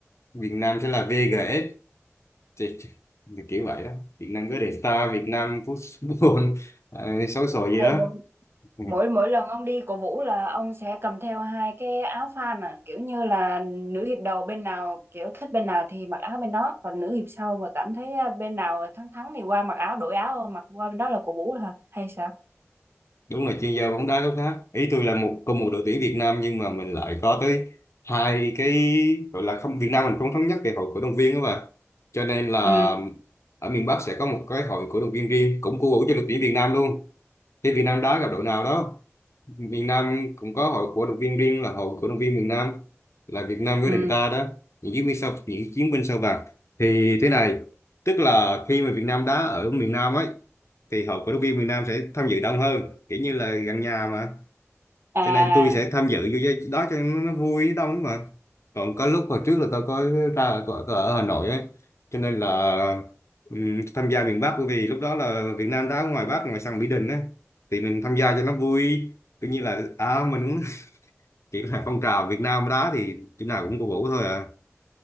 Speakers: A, on the left; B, on the right.
A: Việt Nam sẽ là VGS thì, thì, kiểu vậy đó Việt Nam cứ để Star Việt Nam Football <laughs> à, xấu xổ gì
B: Vậy
A: đó
B: mỗi
A: Ừ.
B: mỗi mỗi lần ông đi cổ vũ là ông sẽ cầm theo hai cái áo fan à, kiểu như là nữ hiệp đầu bên nào kiểu thích bên nào thì mặc áo bên đó, còn nữ hiệp sau mà cảm thấy ờ, bên nào thắng thắng thì qua mặc áo đổi áo, mặc qua bên đó là cổ vũ hả? Hay sao?
A: đúng là chuyên gia bóng đá gốc khác ý tôi là một cùng một đội tuyển Việt Nam nhưng mà mình lại có tới hai cái gọi là không Việt Nam mình không thống nhất về hội cổ động viên đó mà cho nên là
B: Ừ.
A: ở miền Bắc sẽ có một cái hội cổ động viên riêng cũng cổ vũ cho đội tuyển Việt Nam luôn thì Việt Nam đá gặp đội nào đó miền Nam cũng có hội cổ động viên riêng là hội cổ động viên miền Nam là Việt Nam với
B: Ừ.
A: đảng ta đó những chiến binh sao những chiến binh sao vàng thì thế này tức là khi mà Việt Nam đá ở miền Nam ấy thì hội cổ động viên miền Nam sẽ tham dự đông hơn kiểu như là gần nhà mà
B: à
A: cho nên tôi sẽ
B: à,
A: tham dự vô cái đó cho nó vui đông mà còn có lúc hồi trước là tôi có ra có, có ở Hà Nội ấy cho nên là ừm, tham gia miền Bắc bởi vì lúc đó là Việt Nam đá ngoài Bắc ngoài sân Mỹ Đình ấy thì mình tham gia cho nó vui cứ như là à mình cũng <laughs> kiểu là phong trào Việt Nam đá thì chỗ nào cũng cổ vũ thôi à